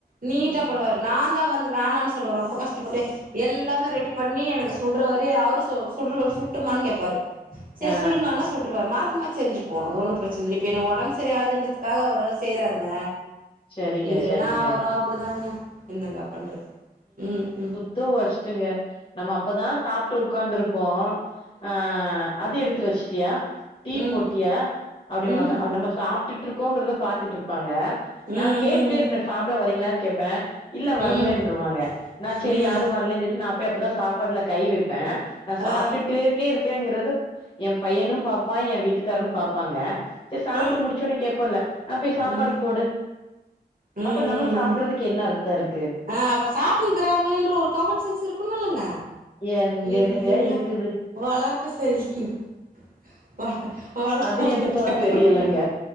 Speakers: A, on the right; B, on the left.
A: நீட்டா
B: ம்
A: பண்ணுவாரு நா தா வந்து வேணான்னு சொல்லுவ ரொம்ப கஷ்டப்பட்டு எல்லாமே ரெடி பண்ணி எனக்கு சுட்ற வரையு அவரு சுல்ற சுட்டுமான்னு கேப்பாரு செரி
B: ஆ
A: சுடுங்கனா சுட்ருவாரு மா சுத்தமா செஞ்சுப்போ அது ஒன்னு பிரச்சன இல்ல இப்போ எனக் ஒடம் சரியாதுன்றதுக்காக அவரு செய்றாருங்க
B: சரிங்க
A: இல்லன்னா
B: சரிங்க
A: அவுரு அப்டிதாங்க என்னங்க அ பண்றது ம்கு
B: டு ஓஸ்ட்டுங்க நம்ம அப்பதா சாப்டு உக்காந்துருப்போ ஆ அது எடுத்து வச்ட்டியா டீ
A: ம் ம்
B: போட்டியா அப்டின்பாங்க
A: ம்
B: நம்ம சாப் ட்டுட்டு இருக்கோங்கறத பாத்துட்டுருப்பாங்க நா
A: ம்
B: கேட்டுட்டே இருப்ப சாப்ட வரீங்களான்னு கேப்ப இல்ல வரலன்ருவாங்க
A: ம் ம்
B: நா செரி
A: ம்
B: யாரு வரலன்னு சொல்லிட்டு நா போய் அப்பதா சாப்பாட்ல கை வைப்பே நா சாப்ட்டு
A: ஆ
B: ட்டுடே இருக்கேங்கிறத என் பையனு பாப்பா என் வீட்டுக்காரும் பாப்பாங்க சேரி சாப்ட்டு
A: ம்
B: முடிச் ச்சசோன்னே கேப்போல்ல ஆ போயி சாப்பாடு
A: ம்
B: போடு
A: ம் ம்
B: அப்ப நம்ம சாப்ட்றதுக்கு
A: ம்
B: என்ன அர்த் த இருக்கு
A: ஆ அப்ப சாப்ட்னு இருக்கறாங்களேன்ற ஒரு காமன் சென்ஸ் இருக்குனு இல்லங்க
B: எங்கெந்துங்க
A: இல்லைங்க
B: இருக்குது
A: வளர்ப்பு சரியில்லைங் வள வளத்தவங்கள
B: அது என்னவோ
A: கேக்கணு
B: தெரியலங்க